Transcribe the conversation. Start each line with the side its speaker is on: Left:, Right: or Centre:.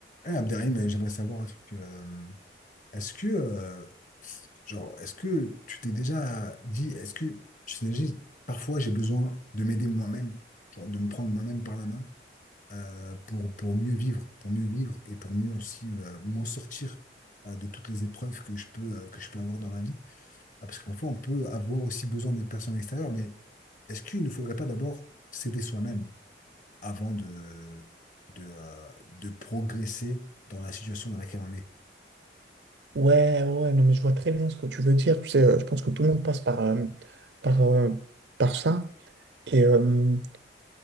Left: Eh, Abderrahim, euh, j'aimerais savoir un truc. euh, est-ce que, euh, genre, est-ce que tu t'es déjà dit, est-ce que tu t'es déjà dit, parfois j'ai besoin de m'aider moi-même, genre de me prendre moi-même par la main euh, pour, pour mieux vivre, pour mieux vivre et pour mieux aussi euh, m'en sortir euh, de toutes les épreuves que je peux, euh, que je peux avoir dans la vie. Ah, parce que parfois on peut avoir aussi besoin des personnes extérieures, mais est-ce qu'il ne faudrait pas d'abord s'aider soi-même avant de, de, euh, de progresser dans la situation dans laquelle on est?
Right: Ouais, ouais, ouais, non, mais je vois très bien ce que tu veux dire. Tu sais, euh, je pense que tout le monde passe par, euh, par, euh, par ça. Et euh,